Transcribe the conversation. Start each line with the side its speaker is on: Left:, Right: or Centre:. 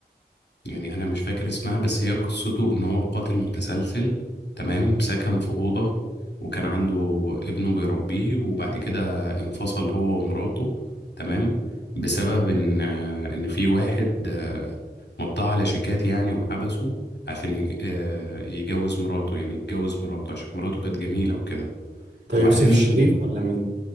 Left: يعني انا مش فاكر اسمها بس هي قصته ان هو قاتل متسلسل تمام سكن في اوضه وكان عنده ابنه بيربيه وبعد كده انفصل هو ومراته تمام بسبب ان ان في واحد آه، مضاه على شيكات يعني وحبسه عشان يج- آه، يجوز مراته يعني يتجوز مراته عشان مراته كانت جميله وكده
Right: ده
Left: فبعدين
Right: يوسف الشريف ولا مين